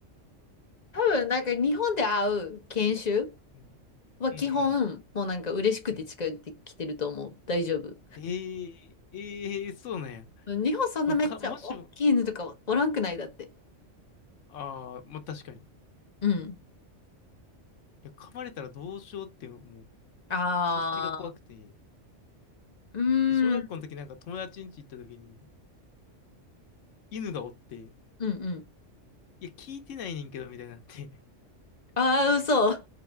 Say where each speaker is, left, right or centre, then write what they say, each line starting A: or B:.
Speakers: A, on the left; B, on the left.
A: <laughs> 多分なんか日本で会う研修
B: うん、
A: は基本、
B: うん、うん。
A: もうなんか嬉しくて近寄ってきてると思う。
B: うん
A: 大丈夫。
B: ええええそうなんや。
A: 日本そんなめっちゃ大きい犬とかおらんくないだって。
B: これか、もしも、ああ、まあ確かに。い
A: うん。
B: や、噛まれたらどうしようって、もう、
A: あ
B: そっちが怖くて。
A: うーん。
B: で、小学校の時なんか友達ん家行った時に、犬がおって、
A: うんうん。
B: いや、聞いてないねんけど、みたいになって。
A: ああ、嘘。<laughs>